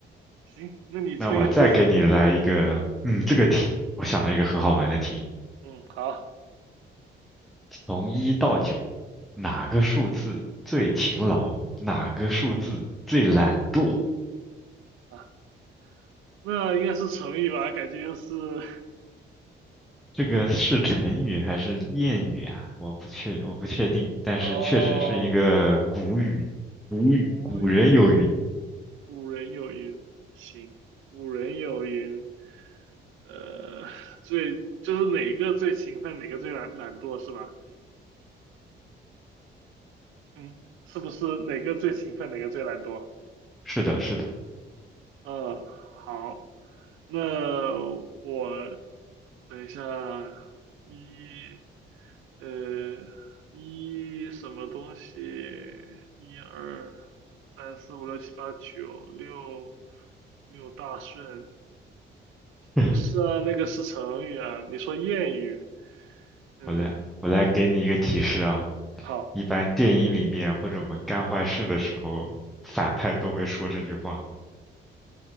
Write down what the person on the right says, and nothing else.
行，那你出一个题。
嗯，好
啊，那应该是成语吧？感觉又是
哦，
古语，
古人有云，行，古人有云，呃，最就是哪个最勤奋，哪个最懒懒惰是吧？嗯，是不是哪个最勤奋，哪个最懒惰？
嗯，好，那我等一下，一，呃，一什么东西？一二三四五六七八九六六大顺，
不是啊，那个是成语啊。你说谚语，嗯，
好，